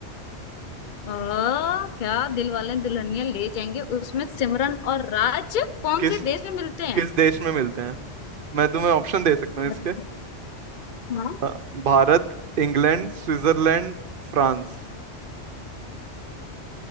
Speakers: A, on the left (about 50°); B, on the right (about 55°).
A: अ, क्या दिल वाले दुल्हनिया ले जाएंगे उसमें सिमरन और राज कौन
B: किस
A: से देश में मिलते हैं
B: किस देश में मिलते हैं मैं तुम्हें ऑप्शन दे सकता हूँ इसके
A: अच्छा हाँ
B: अ, भारत इंग्लैंड स्विट्जरलैंड फ्रांस